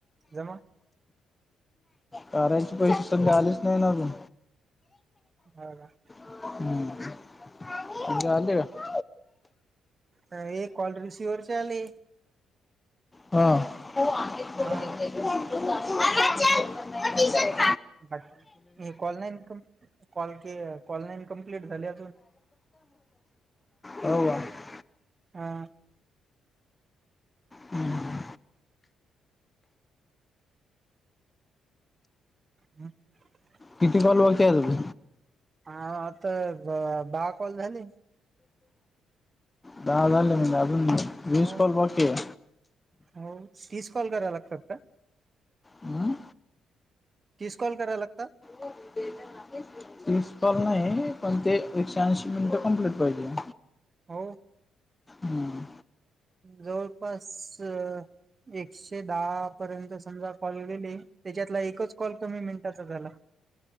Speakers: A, on the right; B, on the left.
A: जमा.
B: करर्याचे पैशे संध्या आलीच नाही ना अजून.
A: हा का.
B: हम्म तुमजे आले का? <unintelligible>
A: हे <unintelligible> कॉल रिसीव्हवरर चा आले.
B: हा हो आहे.
A: हा.
B: आता चाल <unintelligible>
A: <unintelligible> हाट मी कॉल नाईन कंप कॉल की कॉल नाईन कम्प्लीट झाल्य.
B: ह वा <unintelligible>
A: हा.
B: हम्म.
A: हम्म. <unintelligible>
B: किती कॉल बाकी हे आजून.
A: हा आता ब दाहा कॉल झाले.
B: दहा झाले म्हणजे अजून विस
A: हो
B: कॉल बॉकी हे.
A: हो तीस कॉल करा लागतात का?
B: हम्म.
A: तीस कॉल करायला लागतात
B: हो बट ना प्रिसिपल नाही पण ते एकशे ऐंशी मिनिटं कम्प्लीट पाहिजे
A: हो
B: हम्म.
A: जवळपास एकशे दहा पर्यंत समजा कॉल गेली त्याच्यातला एकच कॉल कमी मिनिटाचा झाला